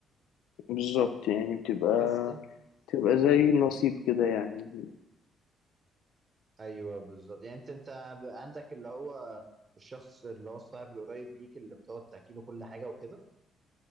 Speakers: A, on the left; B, on the right.
A: بالظبط يعني بتبقى
B: بس
A: بتبقى زي النصيب كده يعني
B: ايوه بالظبط يعني انت انت ب- عندك اللي هو الشخص اللي هو الصاحب القريب ليك اللي بتقعد تحكي له كل حاجه وكده